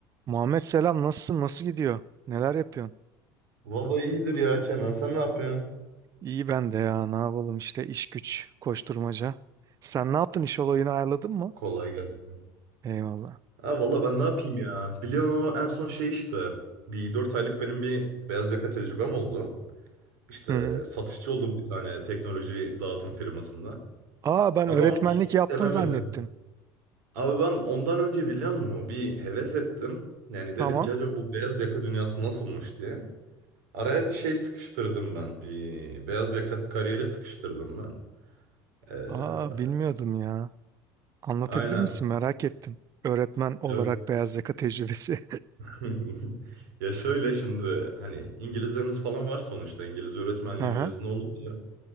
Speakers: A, on the right; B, on the right.
A: Muhammed selam nasılsın nasıl gidiyor neler yapıyorsun?
B: Vallahi iyidir ya Kenan. Sen ne yapıyorsun?
A: İyi ben de ya ne yapalım işte iş güç koşturmaca. Sen ne yaptın iş olayını ayarladın mı?
B: Kolay gelsin.
A: Eyvallah.
B: Ha valla ben ne yapayım ya? Biliyorsun o en son şey işte. Bir 4 aylık benim bir beyaz yaka tecrübem oldu. İşte
A: Hı hı.
B: satışçı oldum bir tane teknoloji dağıtım firmasında.
A: Aa ben
B: Abi
A: öğretmenlik
B: ben onu hiç
A: yaptın
B: sevemedim.
A: zannettim.
B: Abi ben ondan önce biliyor musun? Bir heves ettim. Yani
A: Tamam.
B: dedim ki acaba bu beyaz yaka dünyası nasılmış diye. Araya bir şey sıkıştırdım ben. Bir beyaz yaka kariyeri sıkıştırdım ben. Ee,
A: Aa bilmiyordum ya. Anlatabilir
B: aynen.
A: misin merak ettim. Öğretmen olarak
B: Ya
A: beyaz yaka tecrübesi.
B: <laughs> Ya şöyle şimdi hani İngilizlerimiz falan var sonuçta İngiliz öğretmenliği
A: <laughs> Aha.
B: mezunu olunca